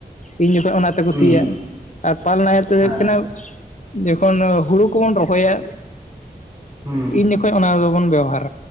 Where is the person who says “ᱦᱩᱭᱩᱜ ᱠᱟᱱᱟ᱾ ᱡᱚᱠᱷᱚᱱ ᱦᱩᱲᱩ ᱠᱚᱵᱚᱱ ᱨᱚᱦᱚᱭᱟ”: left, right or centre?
Left